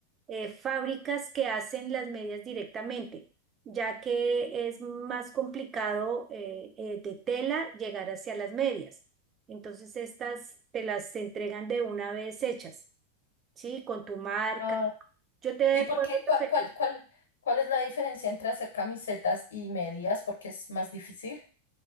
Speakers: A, on the right (about 25°); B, on the left (about 65°).
A: eh, fábricas que hacen las medias directamente, ya que es más complicado eh, eh, de tela llegar hacia las medias. Entonces estas te las entregan de una vez hechas, ¿sí? Con tu marca.
B: Ah,
A: Yo te
B: ¿y por
A: puedo
B: qué?
A: referir
B: ¿Cuál, cuál, cuál, cuál es la diferencia entre hacer camisetas y medias? Porque es más difícil.